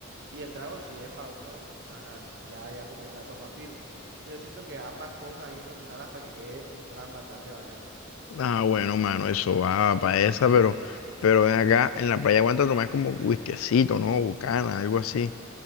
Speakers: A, on the right; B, on the left.
A: Y el trago sí es para uno, ajá, ya, ya comenzar a tomar firme. Y yo siento que ambas cosas hay que combinarlas para que quede un plan bastante bacano.
B: Ah, bueno, mano, eso va para esa, pero, pero ven acá, en la playa aguanta tomar como whiskycito, ¿no? Bucana, algo así.